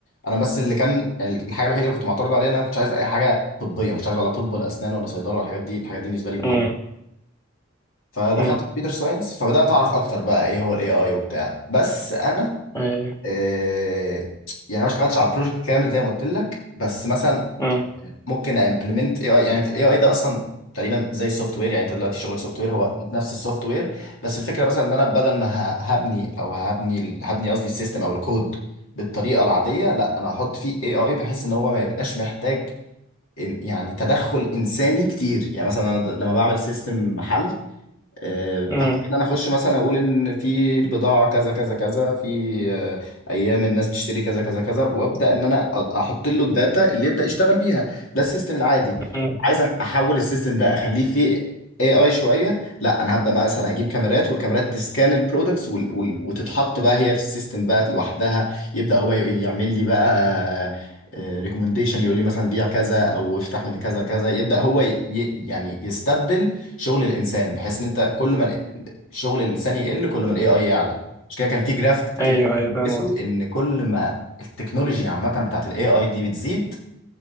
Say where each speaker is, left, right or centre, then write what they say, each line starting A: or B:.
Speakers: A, on the left (about 70°); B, on the left (about 15°).
A: انا بس اللي كان يعني الحاجه الوحيده اللي كنت معترض عليها ان انا ما كنتش عايز اي حاجه طبيه ما كنتش عايز ولا طب ولا اسنان ولا صيدله ولا الحاجات دي الحاجات دي بالنسبه لي مهمه
B: امم
A: فدخلت
B: امم
A: كمبيوتر ساينس فبدات اعرف اكتر بقى ايه هو الاي اي وبتاع بس انا
B: ايوه
A: آه، يعني أنا ما اشتغلتش على بروجكت كامل زي ما قلت لك بس مثلا
B: امم
A: ممكن امبلمنت اي اي يعني الاي اي ده اصلا تقريبا زي السوفت وير يعني انت دلوقتي شغلك سوفت وير هو نفس السوفت وير بس الفكره مثلا ان انا بدل ما ه- هبني او هبني هبني قصدي السيستم او الكود بالطريقه العاديه لا انا هحط فيه اي اي بحيث ان هو ما يبقاش محتاج إن- يعني تدخل انساني كتير يعني مثلا انا د- لما بعمل سيستم محل آه، بحتاج
B: امم
A: ان انا اخش مثلا اقول ان في البضاعه كذا كذا كذا في آه، ايام الناس بتشتري كذا كذا كذا وابدا ان انا أ- احط له الداتا اللي يبدا يشتغل بيها ده السيستم العادي
B: أمم.
A: عايز احول السيستم ده اخليه فيه اي اي شويه لا انا هبدا مثلا اجيب كاميرات والكاميرات تسكان البرودكتس وال... وال... وتتحط بقى هي في السيستم بقى لوحدها يبدا هو ي- يعمل لي بقى ريكومنديشن يقول لي مثلا بيع كذا او افتح من كذا كذا يبدا هو ي... ي- يعني يستبدل شغل الانسان بحيث ان انت كل ما ال- شغل الانسان يقل كل ما الاي اي يعلى مش كده كان في جراف
B: ايوه
A: كده بندرسه
B: ايوه فاهم قصدي
A: ان كل ما التكنولوجيا عامه بتاعت الاي اي دي بتزيد